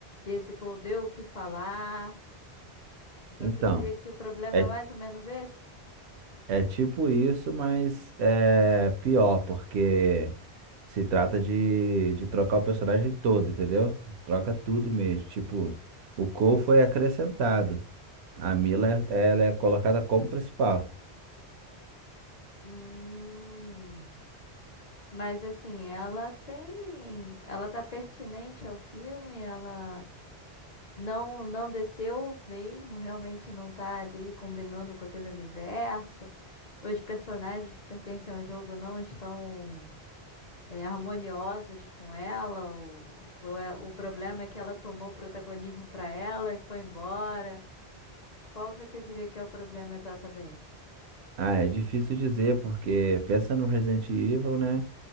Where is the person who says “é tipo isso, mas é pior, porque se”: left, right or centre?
Right